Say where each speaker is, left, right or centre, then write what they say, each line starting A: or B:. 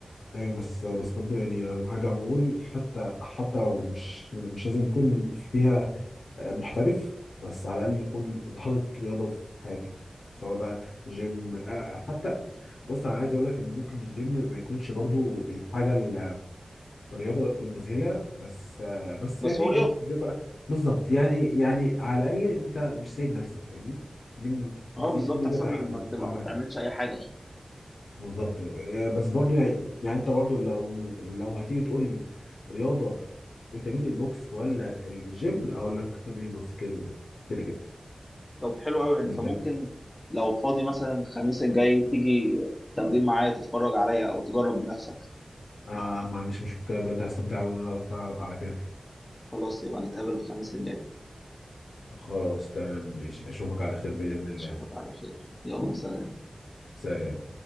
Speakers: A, on the left; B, on the left.
A: ايوه بس بس برضو يعني هرجع نقول حتى حتى لو مش مش لازم تكون فيها آه، محترف بس على الاقل يكون انت حاطط رياضه في حياتك سواء بقى جيم آه، حتى بص انا عايز اقول لك ان ممكن الجيم ما يكونش برضو الحاجه ال- الرياضه المذهله بس آه، بس
B: بس
A: يعني
B: هو رياضه
A: بيبقى بالظبط يعني يعني على الاقل انت مش سايب نفسك فاهمني دي
B: اه
A: دي
B: بالظبط
A: دي
B: احسن
A: بجد اهم
B: من ما تبقى
A: اهم
B: ما بتعملش
A: حاجه
B: اي حاجه يعني
A: بالظبط آه، بس برضو يعني يعني انت برضو لو لو هتيجي تقول لي رياضه تمرين البوكس ولا الجيم لا اقول لك تمرين البوكس كده كده كده كده.
B: طب حلو قوي انت
A: بالنسبه
B: ممكن
A: لي
B: لو فاضي مثلا الخميس الجاي تيجي تمرين معايا تتفرج عليا او تجرب بنفسك
A: آه ما عنديش مشكلة بجد هستمتع أوي إن أنا أتفرج على كده
B: خلاص يبقى نتقابل الخميس الجاي
A: خلاص تمام ماشي أشوفك على خير بإذن الله
B: أشوفك على خير يلا سلام
A: سلام